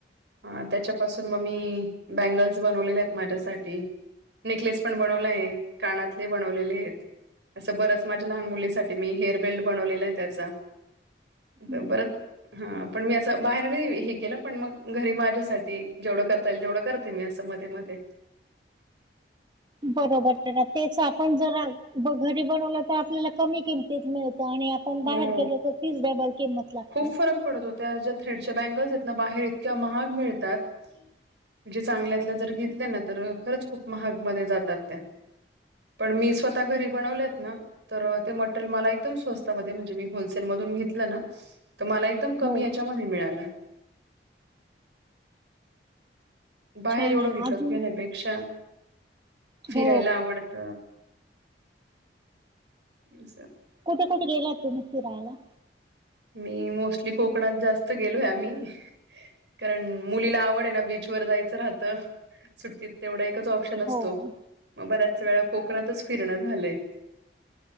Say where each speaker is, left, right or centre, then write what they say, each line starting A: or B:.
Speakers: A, on the right; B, on the right.
A: ह. त्याच्यापासून मग मी बँगल्स बनवलेलेयात. माझ्यासाठी. नेकलेस पण बनवलाय. कानातले बनवलेलेयत. असं बरच माझ्या लहान मुलीसाठी मी हेअरबेल्ट बनवलेला आहे त्याचा असं
B: हम्म.
A: बरच हा पण मी असं बाहेर नाही ही केलं पण मग घरी माझ्यासाठी जेवढं करता येईल तेवढं करते मी असं मध्ये मध्ये <unintelligible>
B: बरोबर त्याच आपण जरा घरी बनवलं तर आपल्याला कमी कि मिळत आणि आपण बाहेर
A: हो
B: गेलो तर तीच डबल किंमत लागते
A: खूप फरक पडत होत्या ज्या थ्रेडच्या बँगल्स आहेत बाहेर इतक्या महाग मिळतात म्हणजे चांगल्यातल्या जर घेतल्या ना तर खरंच खूप महाग मध्ये जातात त्या पण मी स्वतः घरी बनवलेत ना तर ते मला एकदम स्वस्तामध्ये म्हणजे मी होलसेलमधे घेतलं ना एकदम कमी
B: हो
A: याच्यामध्ये मिळाल बाहेर
B: छान
A: एवढं
B: आहे ना
A: विकत
B: अजून
A: घेण्यापेक्षा फिरायला
B: हो
A: आवड त अस
B: कुठे कुठे गेलात तुम्ही फिरायला
A: मी मोस्टली कोकणात जास्त गेलोय आम्ही कारण मुलीला आवड आहे ना बीचवर जायचं राहतं सुट्टीत तेवढं एकच ऑप्शन असतो
B: हो
A: मग बऱ्याच वेळा कोकणातच फिरण झालंय